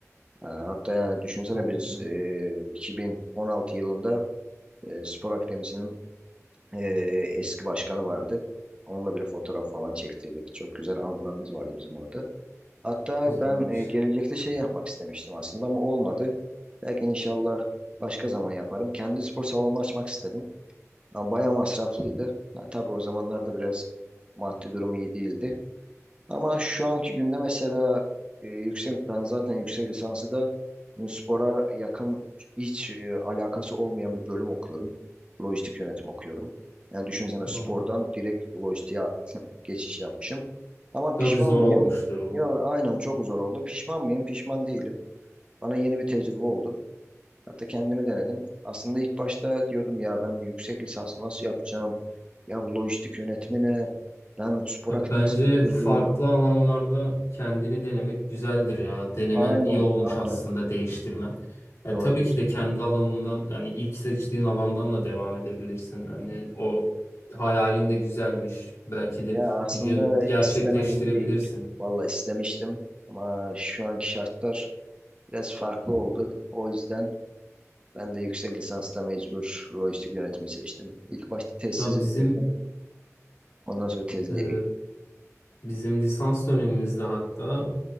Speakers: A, on the right; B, on the left.
A: E, hatta yani düşünsene
B: Çok
A: biz
B: güzel.
A: e, 2016 yılında e, spor akademisinin e, eski başkanı vardı. Onunla bile fotoğraf falan çektirdik. Çok güzel anılarımız vardı bizim orada. Hatta
B: Güzelmiş.
A: ben e, gelecekte şey yapmak istemiştim aslında ama olmadı. Belki inşallah başka zaman yaparım. Kendi spor salonumu açmak istedim. Ama bayağı masraflıydı. Ha, tabii o zamanlarda biraz maddi durumu iyi değildi. Ama şu anki günde mesela e, yüksek ben zaten yüksek lisansı da spora yakın hiç e, alakası olmayan bir bölüm okuyorum. Lojistik yönetim okuyorum. Yani düşünsene spordan
B: Tamam.
A: direkt lojistiğe <laughs> geçiş yapmışım. Ama
B: Tabii
A: pişman
B: zor
A: mıyım?
B: olmuştur bu.
A: Yok, aynen çok zor oldu. Pişman mıyım? Pişman değilim. Bana yeni bir tecrübe oldu. Hatta kendimi denedim. Aslında ilk başta diyordum ya ben bu yüksek lisansı nasıl yapacağım? Ya bu lojistik yönetimi ne? Ben spor
B: Ya
A: akademisi
B: bence
A: bitirdim.
B: farklı alanlarda kendini denemek güzeldir ya. Denemen
A: Aynen,
B: iyi olmuş
A: aynen.
B: aslında değiştirmen. Ya
A: Doğru
B: tabii
A: diyorsun.
B: ki de kendi alanından yani ilk seçtiğin alandan da devam edebilirsin. Hani o hayalin de güzelmiş. Belki
A: Ya
B: de
A: aslında
B: bir gün gerçekleştirebilirsin.
A: istemedim değil. Vallahi istemiştim ama şu anki şartlar biraz farklı oldu. O yüzden ben de yüksek lisansta mecbur lojistik yönetimi seçtim. İlk başta tezsizi
B: Da bizim
A: bitirdim. Ondan sonra tezliğe
B: e,
A: geçtim.
B: bizim lisans dönemimizde hatta